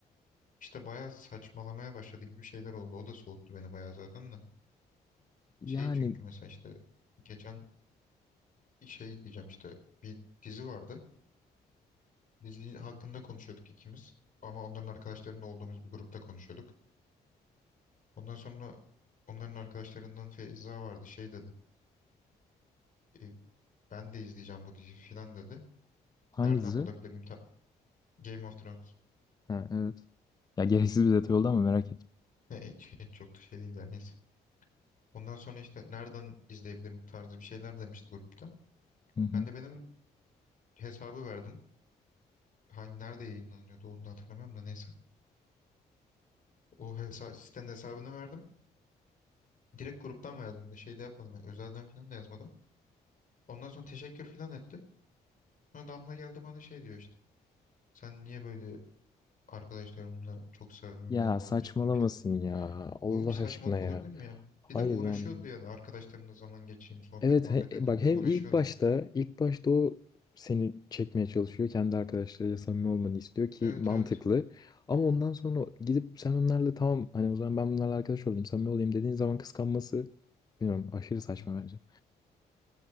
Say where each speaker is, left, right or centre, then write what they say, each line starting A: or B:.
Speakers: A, on the left (about 45°); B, on the left (about 20°).
A: işte bayağı saçmalamaya başladı gibi şeyler oldu. O da soğuttu beni bayağı zaten de.
B: Yani
A: Şey çünkü mesela işte geçen şey diyeceğim işte bir dizi vardı. Dizi hakkında konuşuyorduk ikimiz. Ama onların arkadaşlarının olduğumuz bir grupta konuşuyorduk. Ondan sonra onların arkadaşlarından Feyza vardı şey dedi. "E, ben de izleyeceğim bu diziyi filan dedi.
B: hangisi?
A: Nereden bulabilirim? Ta- Game of Thrones.
B: Ha, evet. Ya gereksiz bir detay oldu ama merak ettim.
A: <laughs> E, Çok da şey değil yani neyse. Ondan sonra işte nereden izleyebilirim tarzı bir şeyler demişti grupta.
B: Hı hı.
A: Ben de benim hesabı verdim. Hangi nerede yayınlanıyordu onu da hatırlamıyorum da neyse. O hesa sitenin hesabını verdim. Direkt gruptan verdim bir de şey de yapmadım. yani özelden filan da yazmadım. Ondan sonra teşekkür filan etti. Sonra Damla geldi bana şey diyor işte. Sen niye böyle Arkadaşlarımla çok samimi
B: Ya
A: olmaya
B: saçmalamasın
A: başladım falan.
B: ya. Allah
A: Böyle bir saçmalık
B: aşkına ya.
A: olabilir mi ya?
B: Hayır
A: Bir de uğraşıyordu
B: yani.
A: yani arkadaşlarımla zaman geçireyim, sohbet
B: Evet
A: muhabbet
B: he- e,
A: edeyim
B: bak
A: de
B: hem
A: uğraşıyordu.
B: ilk başta ilk başta o seni çekmeye çalışıyor. Kendi arkadaşlarıyla samimi olmanı istiyor ki
A: Evet
B: mantıklı.
A: evet.
B: Ama ondan sonra gidip sen onlarla tamam hani o zaman ben bunlarla arkadaş olayım samimi olayım dediğin zaman kıskanması bilmiyorum aşırı saçma
A: Hı.
B: bence.